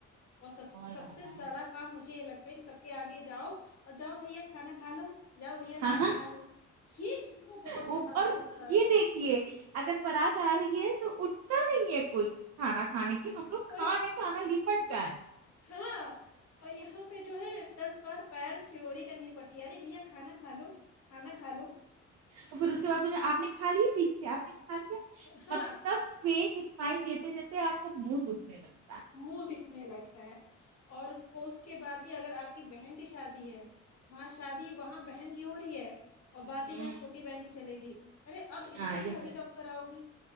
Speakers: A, on the left; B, on the right.
A: اور سب سہ
B: بہت
A: سب
B: زیادہ
A: سے سڑا کام مجھے یہ لگتا ہے کہ سب کے آگے جاؤ اور جاؤ بھیا کھانا کھا لو جاؤ بھیا
B: ہاں
A: کھانا کھا لو یہ سب کو بہت
B: وہ۔
A: خراب
B: اور
A: لگتا ہے
B: یہ اگر برات آ رہی ہے تو اٹھتا نہیں ہے کوئی کھانا کھانے کے ہم لوگ کھانے
A: کوئی
B: کھانا لی پٹ جائے
A: ہاں اور یہاں پہ جو ہے دس بار پیر چوری کرنی پڑتی ہے ارے بھیا کھانا کھا لو کھانا کھا لو
B: اور پھر اس کے بعد پوچھنا آپ نے کھا لیا ٹھیک سے آپ نے کھا لیا
A: ہاں
B: مطلب کہ مائنڈ دیتے دیتے آ کو منہ دکھنے لگتا ہے
A: منہ دکھنے لگتا ہے اور اس کے بعد بھی اگر آپ کی بہن کی شادی ہے وہاں شادی وہاں بہن کی ہو رہی ہے اور
B: ہے
A: باتیں یہاں
B: ہوں
A: چھوٹی بہن کی چلے گی ارے اب اس
B: ہاں
A: کی
B: یہ
A: شادی
B: تو ہے
A: کب کراؤ گی